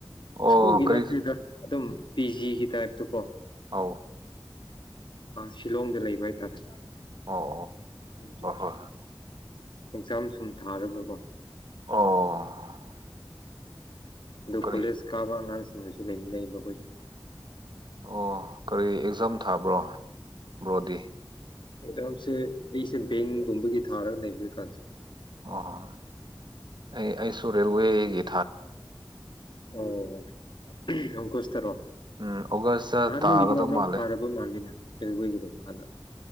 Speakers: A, on the right; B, on the left.
A: ꯑꯣ
B: ꯁ꯭ꯀꯨꯜꯒꯤ
A: ꯀꯔꯤ
B: ꯅꯠꯇ꯭ꯦꯗ ꯑꯗꯨꯝ ꯄꯤꯖꯤꯒꯤ ꯇꯥꯏꯞꯇ ꯀꯣ
A: ꯑꯧ
B: ꯁꯤꯂꯣꯡꯗ ꯂꯩꯕ ꯍꯥꯏꯇꯥꯔꯦ
A: ꯑꯣ
B: ꯎꯝ
A: ꯍ ꯍꯣ
B: ꯑꯦꯛꯖꯥꯝ ꯁꯨꯝ ꯊꯥꯔꯒꯀꯣ
A: ꯑꯣ
B: ꯑ
A: ꯀꯔꯤ
B: ꯀꯣꯂꯦꯖ ꯀꯥꯕ ꯑꯉꯥꯡꯁꯤꯡꯅꯁꯨ ꯂꯩꯃꯤꯟꯅꯩ ꯃꯈ ꯑꯩꯈꯣꯏꯁ
A: ꯑꯣ ꯀꯔꯤ ꯑꯦꯛꯖꯥꯝ ꯊꯥꯕ꯭ꯔꯣ ꯕ꯭ꯔꯣꯗꯤ
B: ꯃꯝꯁꯦ ꯑꯩꯁꯦ ꯕꯦꯡꯒꯨꯝꯕꯒꯤ ꯊꯥꯔꯒ ꯂꯩꯕꯣꯏ ꯀꯥꯟꯁꯦ
A: ꯑꯣ ꯑꯩ ꯑꯩꯁꯨ ꯔꯦꯜꯦꯜꯋꯦꯒꯤ
B: ꯑꯣ ꯑꯪꯀꯨꯁ ꯇꯔꯣ
A: ꯎꯝ ꯑꯣꯒꯁꯇ
B: ꯑꯍꯥꯟꯥꯟꯕꯣꯏꯒꯤꯗ
A: ꯇꯥꯒꯗꯕ
B: ꯑꯃꯛ
A: ꯃꯥꯜꯂꯦ
B: ꯊꯥꯔꯕ ꯃꯥꯜꯂꯤꯅ ꯑꯣꯏꯣꯏꯒꯔꯣꯥꯟꯅ